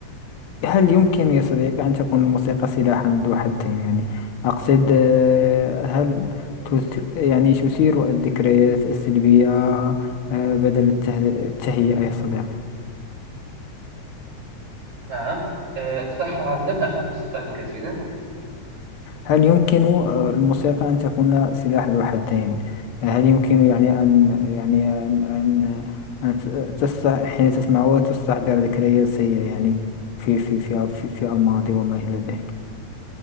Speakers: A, on the left (about 55°); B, on the right (about 65°).
A: هل يمكن يا صديقي أن تكون الموسيقى سلاحا ذو حدين يعني أقصد آه، هل تث... يعني تثير الذكريات السلبية آه، بدل الته... التهيئة يا صديقي
B: نعم أه... صح لم أفهم السؤال كثيرا
A: هل يمكن آه، الموسيقى أن تكون سلاح ذو حدين آه، هل يمكن يعني أن يعني أن أن أن ت- تست... حين تسمعه تستحضر ذكريات سيئة يعني في في في في, في الماضي وما إلى ذلك